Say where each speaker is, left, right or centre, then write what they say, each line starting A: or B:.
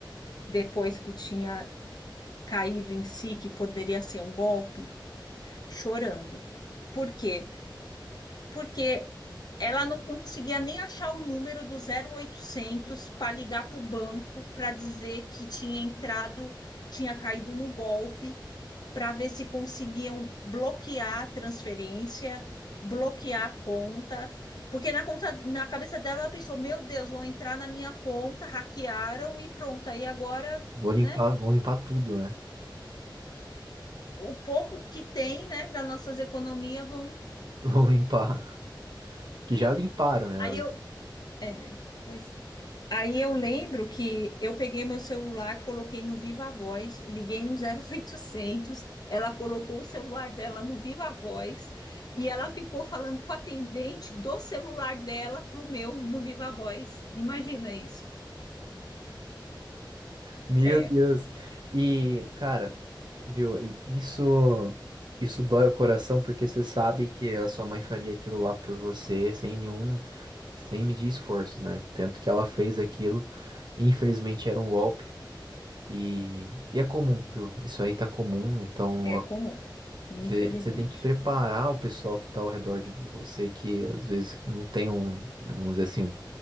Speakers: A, on the left; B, on the right.
A: depois que tinha caído em si, que poderia ser um golpe. chorando. Por quê? Porque ela não conseguia nem achar o número do zero oitocentos para ligar para o banco para dizer que tinha entrado, tinha caído no golpe, para ver se conseguiam bloquear a transferência, bloquear a conta. Porque na conta, na cabeça dela, ela pensou: meu Deus, vão entrar na minha conta, hackearam e pronto. Aí agora,
B: Vou limpar,
A: né?
B: vão limpar tudo, né?
A: O pouco que tem, né, das nossas economias vão.
B: <laughs> Vão limpar. Que já limparam, né, na
A: Aí
B: verdade.
A: eu. É, foi Aí eu lembro que eu peguei meu celular, coloquei no Viva Voz, liguei no 0800, ela colocou o celular dela no Viva Voz e ela ficou falando com o atendente do celular dela para o meu no Viva Voz. Imagina isso.
B: Meu
A: É,
B: Deus. E, cara, viu, e isso isso dói o coração porque você sabe que a sua mãe faria aquilo lá por você sem nenhum, sem medir esforços, né? Tanto que ela fez aquilo, infelizmente era um golpe e, e é comum, viu? Isso aí tá comum, então ó,
A: é comum, infelizmente.
B: você você tem que preparar o pessoal que tá ao redor de você que às vezes não tem um, né, vamos dizer assim, um